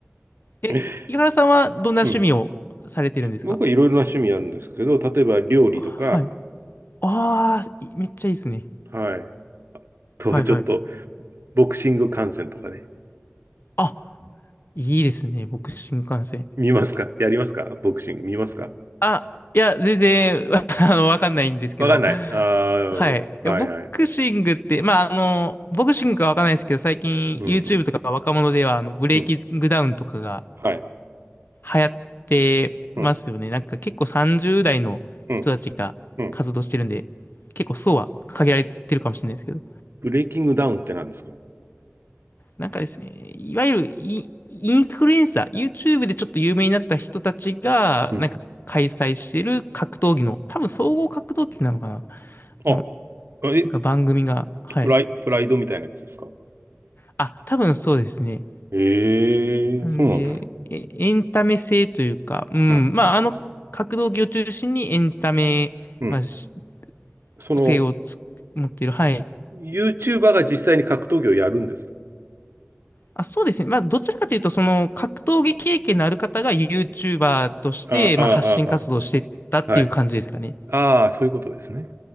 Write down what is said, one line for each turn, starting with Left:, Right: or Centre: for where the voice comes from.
Left: え、
Right: <laughs>
Left: 井原さんはどんな趣味をされてるんですか
Right: うん。僕はいろいろな趣味あるんですけど、例えば料理とか、
Left: あはい。ああ、いめっちゃいいですね。
Right: はい。あとはちょっと、
Left: はいはい。
Right: ボクシング観戦とかね。
Left: あ、いいですね。僕、新幹線。
Right: 見ますかやりますかボクシング見ますか
Left: あ、いや、全然、<laughs> あの、わかんないんですけど。
Right: わかんない。ああ、なるほど。
Left: はい。いやボクシングって、
Right: はいはい。
Left: まあ、あの、ボクシングかわかんないですけど、最近
Right: うんうん。
Left: YouTube とか若者では、あの、ブレイキングダウンとかが
Right: うん。はい。
Left: 流行ってますよね。
Right: うん。
Left: なんか結構30代の人たちが活動してるんで、
Right: うん。うん。
Left: 結構層は限られてるかもしれないですけど。
Right: ブレイキングダウンって何ですか
Left: なんかですね、いわゆるイ、インフルエンサー、YouTube でちょっと有名になった人たちが、
Right: うん。
Left: なんか開催してる格闘技の、多分総合格闘技なのかな、
Right: あ、
Left: のな
Right: え、
Left: んか番組が、はい。
Right: プライ、プライドみたいなやつですか
Left: あ、多分そうですね。
Right: ええ、
Left: なんで、
Right: そうなんですか。
Left: えエンタメ性というか、うん、
Right: うん。
Left: まあ、あの格闘技を中心にエンタメ、
Right: うん。
Left: まあ、し
Right: その、
Left: 性をつ持っている、はい。
Right: YouTuber が実際に格闘技をやるんですか
Left: あ、そうですね。まあ、どちらかというと、その、格闘技経験のある方が YouTuber として、
Right: ああ、
Left: まあ、
Right: ああ、
Left: 発信活動をしてったっていう感じですかね。
Right: あはい。ああ、そういうことですね。